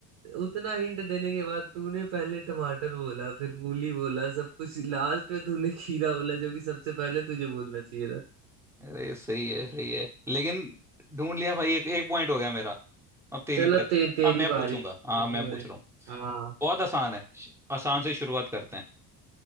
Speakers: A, on the right (about 65°); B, in the centre.
A: उतना हिंट देने के बाद तूने पहले टमाटर बोला फिर मूली बोला सब कुछ लास्ट में तूने खीरा बोला जो कि सबसे पहले तुझे बोलना चाहिए था
B: अरे सही है सही है लेकिन ढूंढ लिया भाई एक एक पॉइंट हो गया मेरा अब तेरी
A: चल
B: बारी
A: अब ते, तेरी
B: अब मैं
A: बारी
B: पूछूंगा
A: तेरी
B: हाँ मैं
A: बारी
B: पूछ रहा हूँ
A: हाँ
B: बहुत आसान है श- आसान से शुरुआत करते हैं